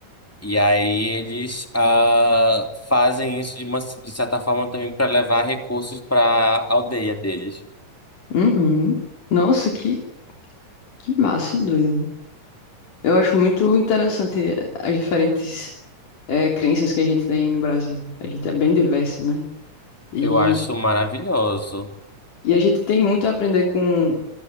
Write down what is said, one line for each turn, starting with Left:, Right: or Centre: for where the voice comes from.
Centre: E aí eles ah, fazem isso de uma de certa forma também para levar recursos para a aldeia deles.
Left: uhum. Nossa, que Que massa, doido. Eu acho muito interessante eh, as diferentes eh, crenças que a gente tem no Brasil. A gente é bem diverso, né? E,
Centre: Eu acho maravilhoso.
Left: e a gente tem muito a aprender com